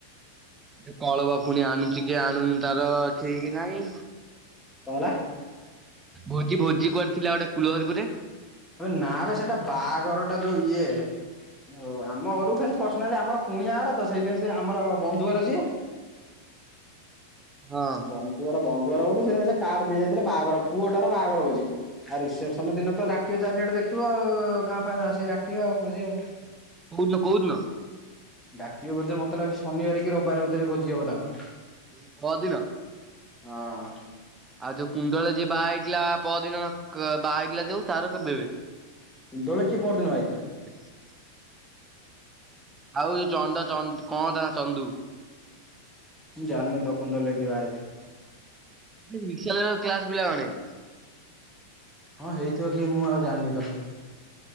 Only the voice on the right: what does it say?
ଯେ କଳ ବା ଫୁଣି ଆଣୁଚି ଇଏ ଆଣୁନି ତାର ଠିକି ନାଇଁ।
ଭୋଜି ଭୋଜି କୁଆଡେ ଥିଲା ଗୋଟେ କୂଳହରିପୁରରେ।
ହଁ।
କୋଉ ଦିନ କୋଉ ଦିନ।
ଏଇ ପଅରଦିନ।
ଆଉ ଯୋଉ କୁଣ୍ଡଳରେ ଯିଏ ବାହା ହେଇଥିଲା ପଅରଦିନ କ ବାହା ହେଇଥିଲା ଯୋଉ ତାର କେବେ ବେ।
<unintelligible> ଆଉ ଯୋଉ ଚନ୍ଦା ଚନ୍ଦ୍ କଣ ତା ନାଁ ଚନ୍ଦୁ।
ବିଶା କ୍ଲାସ ପିଲା ଜଣେ।